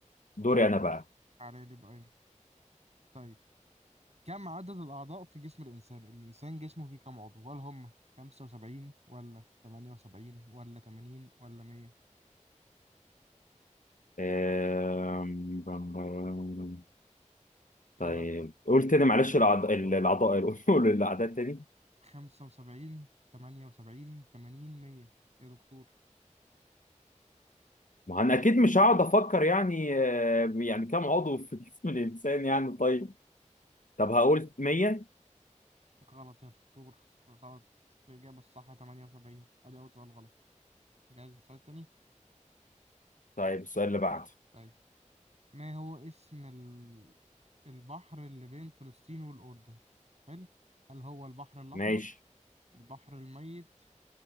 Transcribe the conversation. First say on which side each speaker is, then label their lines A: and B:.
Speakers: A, on the left; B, on the right.
A: دوري
B: طيب
A: انا بقى
B: على لي بقى يلا. طيب كم عدد الاعضاء في جسم الانسان الانسان جسمه فيه كم عضو هل هم 75 ولا 78 ولا 80 ولا 100
A: أم... بم- بم-
B: يلا
A: طيب قول تاني معلش الأعضاء الأعضاء <laughs> قول الأعداء تاني
B: 75 78 80 100 يا دكتور
A: ما أنا أكيد مش هقعد أفكر يعني آه، يعني كم عضو في جسم الإنسان يعني طيب طب هقول 100
B: غلط يا دكتور غلط الإجابة الصح 78 أدي أول سؤال غلط جاهز للسؤال التاني؟
A: طيب السؤال اللي بعده
B: طيب ما هو اسم ال... البحر اللي بين فلسطين والأردن؟ حلو هل هو البحر الأحمر
A: ماشي
B: البحر الميت